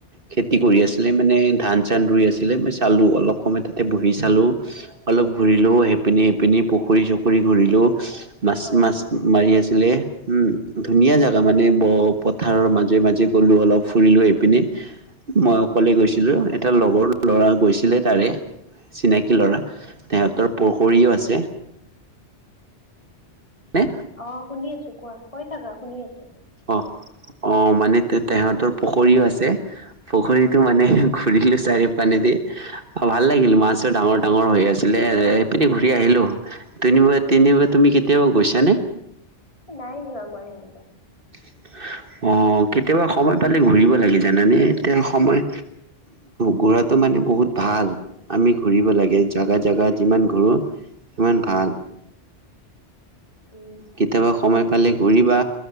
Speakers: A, on the right (about 50°); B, on the left (about 30°).
A: খেতি
B: উম
A: কৰি আছিলে
B: উম
A: মানে ধান। চান ৰুই আছিলে মই চালো অলপ সময় তাতে বহি চালো অলপ ঘূৰিলো সপিনি সপিন প। পুখুৰী চুখৰি ঘূৰিলেোঁ মাছ
B: হয়
A: মাছ
B: নেকি
A: মাৰি আছিলে। উম ধুনীয়া জাগা মানে ব পথাৰৰ মাজে মাজে গলো অলপ ফুৰিলো এইপিনে। মই অকলে গৈছিলো, এটা লগৰ ল'ৰা গৈছিলে তাৰে। চিনাকি লৰা, তেহঁতৰ পুখুৰীও আছে। নে
B: অ শুনি আছো কোৱা, কৈ থাকা শুনি আছো।
A: অ <inaudible> অ মানে তে তেহেতৰ পুখুৰীও আছে, পুখুৰীটো মানে ঘূৰিলো চাৰিও পানেদি ভাল লাগিল মাছত ডাঙৰ ডাঙৰ হৈ আছিলে এ এইপিনে ঘূৰি আহিলো দুনিব। এনেই বা তুমি কেতিয়াবা গৈছ নে?
B: নাই যোৱা মই সেনেকুৱা।
A: <unintelligible> অ কেতিয়াবা সময় পালে ঘূৰিব লাগি জানানে এতিয়া সময় ঘূৰাটো মানে। মানে বহুত ভাল আমি ঘূৰিব লাগে জেগা জেগা যিমান ঘূৰো। ইমান ভাল।
B: উম
A: কেতিয়াবা সময় পালে ঘূৰিবা